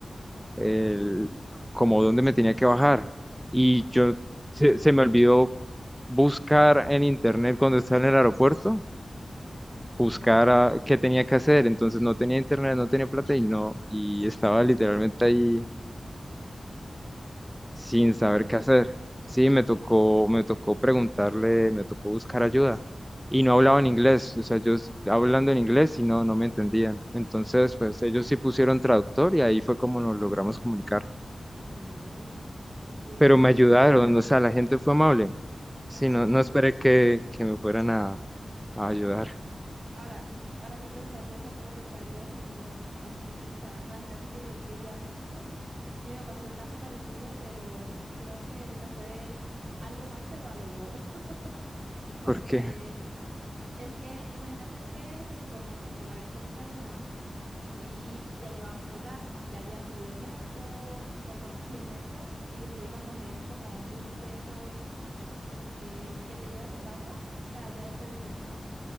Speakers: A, in the centre; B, on the right.
A: el, como dónde me tenía que bajar. Y
B: Uy,
A: yo se, se me olvidó buscar en internet cuando estaba en el aeropuerto, buscar a- qué tenía que hacer. Entonces no tenía internet, no tenía plata y no, y estaba literalmente ahí sin
B: ve, qué
A: saber
B: feo.
A: qué hacer. Sí, me tocó, me tocó preguntarle, me tocó buscar ayuda. Y no hablaban inglés, o sea, ellos hablando en inglés y no, no me entendían. Entonces, pues ellos sí pusieron traductor y ahí fue como nos logramos comunicar.
B: Ay, oye, <laughs> qué fuerte.
A: Pero me ayudaron, o sea, la gente fue amable.
B: Claro.
A: Sí, no, no esperé que, que me fueran a, a ayudar.
B: Ahora, ahora que preguntaste eso, ¿cómo que qué harías en un lugar así? O sea, imagínate que yo fui a México y me pasó un caso parecido, pero creo que me fue algo mal, pero a lo bobo, <laughs> porque
A: porque
B: Es que imagínate que se suponía que me iba a ver con mi pareja y ya llevaba mi celular, ya había subido el metro, perdón, sí, el metro, y después iba a coger como un bus de esos eh, que te llevan de paso, o sea, ya después del metro, ¿no?